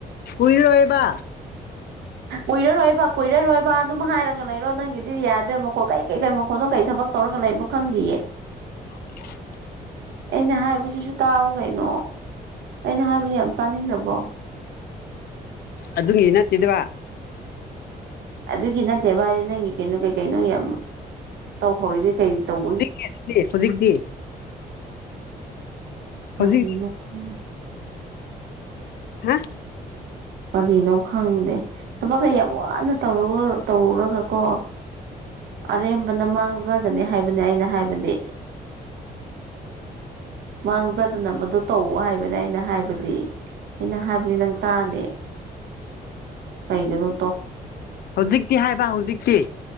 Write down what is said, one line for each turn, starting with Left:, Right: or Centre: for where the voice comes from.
Left: ꯀꯨꯏꯔꯣꯏꯌꯦꯕ
Right: ꯀꯨꯏꯔꯔꯣꯏꯕ ꯀꯨꯏꯔꯔꯣꯏꯕ ꯑꯗꯨꯝ ꯍꯥꯏꯔꯒ ꯂꯩꯔꯣ ꯅꯪꯒꯤꯗꯤ ꯌꯥꯗ꯭ꯔꯦ ꯃꯈꯣ ꯀꯩ ꯀꯩ ꯀꯩ ꯃꯈꯣꯅꯣ ꯀꯩ ꯊꯕꯛ ꯇꯧꯔꯒ ꯂꯩꯕꯅꯣ ꯈꯪꯗꯤꯌꯦ
Left: <unintelligible>
Right: ꯑꯩꯅ ꯍꯥꯏꯕꯁꯤꯁꯨ ꯇꯥꯎ ꯀꯩꯅꯣ ꯑꯩꯅ ꯍꯥꯏꯕ ꯌꯥꯝ ꯇꯥꯅꯤꯡꯗ꯭ꯔꯕꯣ
Left: ꯑꯗꯨꯒꯤ ꯅꯠꯇꯦꯗꯋꯥ
Right: ꯑꯗꯨꯒꯤ ꯅꯠꯇꯦꯕꯗꯤ ꯅꯪꯒꯤ ꯀꯩꯅꯣ ꯀꯩ ꯀꯩꯅꯣ ꯌꯥꯝ ꯇꯧꯍꯧꯔꯤꯗꯤ ꯀꯩ ꯇꯧ
Left: <unintelligible> ꯍꯧꯖꯤꯛꯇꯤ
Right: <unintelligible>
Left: ꯍꯧꯖꯤꯛ ꯍꯥ
Right: ꯀꯔꯤꯅꯣ ꯈꯪꯗꯦ ꯊꯕꯛꯀ ꯌꯥꯝ ꯋꯥꯅ ꯇꯧꯔꯨꯔ ꯇꯧꯔꯒ ꯀꯣ ꯑꯔꯦꯝꯕꯅ ꯃꯥꯡꯖꯒꯅꯤ ꯍꯥꯏꯕꯅꯦ ꯑꯩꯅ ꯍꯥꯏꯕꯗꯤ ꯃꯥꯡꯖꯗꯅꯕꯗꯣ ꯇꯧ ꯍꯥꯏꯕꯅꯦ ꯑꯩꯅ ꯍꯥꯏꯕꯗꯤ ꯑꯩꯅ ꯍꯥꯏꯕꯗꯤ ꯅꯪ ꯇꯥꯗꯦ ꯀꯩꯒꯤꯅꯣ ꯇꯣ
Left: ꯍꯧꯖꯤꯛꯇꯤ ꯍꯥꯏꯕ ꯍꯧꯖꯤꯛꯇꯤ